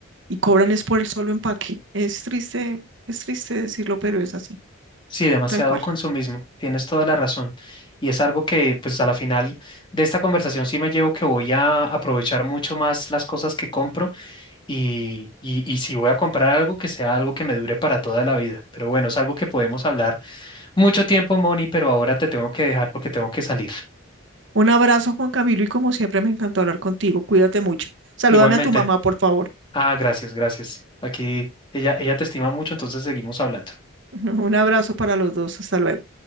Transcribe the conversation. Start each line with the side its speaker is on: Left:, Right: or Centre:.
Right: Y cobran es por el solo empaque. Es triste, es triste decirlo, pero es así.
Left: Sí, demasiado
Right: Tal cual.
Left: consumismo, tienes toda la razón. Y es algo que, pues a la final de esta conversación sí me llevo que voy a aprovechar mucho más las cosas que compro y, y, y si voy a comprar algo que sea algo que me dure para toda la vida. Pero bueno, es algo que podemos hablar mucho tiempo, Moni, pero ahora te tengo que dejar porque tengo que salir.
Right: Un abrazo, Juan Camilo, y como siempre me encantó hablar contigo. Cuídate mucho. Salúdame
Left: Igualmente.
Right: a tu mamá, por favor.
Left: Ah, gracias, gracias. Aquí ella, ella te estima mucho, entonces seguimos hablando.
Right: <laughs> Un abrazo para los dos. Hasta luego.